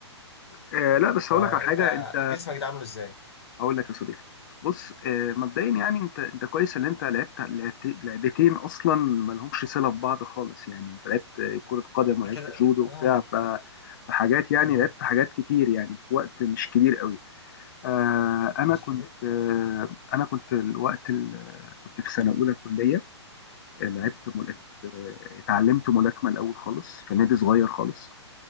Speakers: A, on the left; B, on the left.
A: آه لا بس
B: فانت
A: هقول لك على حاجة انت
B: جسمك ده عامله ازاي؟
A: هقول لك يا صديقي بص آه مبدئيا يعني انت انت كويس ان انت لعبت لعبت لعبتين اصلا ما لهمش صلة ببعض خالص يعني انت لعبت آه، كرة قدم ولعبت
B: أنا كده
A: جودو وبتاع
B: اه
A: ف فحاجات يعني
B: آه.
A: لعبت حاجات كتير يعني في وقت مش كبير قوي آه، انا
B: مش
A: كنت
B: كبير
A: آه،
B: لا
A: انا كنت الوقت ال- كنت في سنه اولى كليه آه، لعبت مل... آه، اتعلمت ملاكمه الاول خالص في نادي صغير خالص